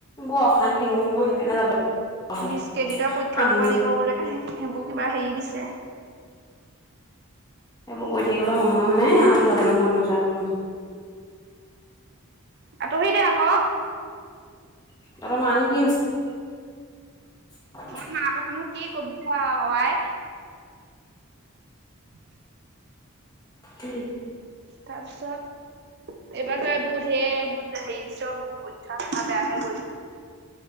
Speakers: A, on the left; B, on the right.
A: বৰ অশান্তি হও মোৰ সেইকাৰণে যাব আমনি
B: বিশ ক্ৰেডিটৰ পৰীক্ষা দিব লাগিব
A: লাগে।
B: বোলে সেইবোৰ কিবা হেৰি দিছে।
A: এইবোৰ কৈ থাকিবলৈ সময়ো নাই আৰু যাবলৈ মন নোযোৱা হ'ল।
B: আতহি দে আকৌ।
A: ত'হতৰ মানো কি হৈছে? <unintelligible>
B: মই মা কথানো কি কবি আই। <unintelligible>
A: <unintelligible>
B: তাৰপিছত, এইবাৰ ত এইবোৰ ধেই এইবোৰ হেৰি দিছবোৰ পৰীক্ষা মাথা বেয়াহে কৰিব।